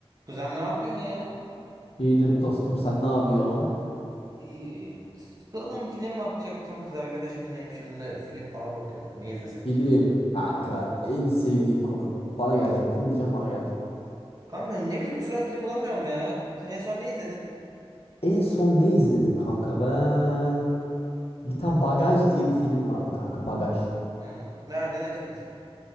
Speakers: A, on the right; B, on the left.
A: Kuzen ne yapıyorsun ya?
B: İyidir dostum sen ne yapıyorsun?
A: İyi, sıkıldım film bakacaktım kız arkadaşımlayım şimdi film falan bakıyorduk ne izlesek
B: Film
A: diye.
B: kanka en sevdiğim konu. Bana geleceğim film diyeceğim bana geleceğim.
A: Kanka ne bileyim bu sıra film bulamıyorum ya. Sen en son ne izledin?
B: En son ne izledim kanka ben? Bir tane Bagaj diye bir film vardı kanka Bagaj.
A: Hmm, nerede Netflix'te.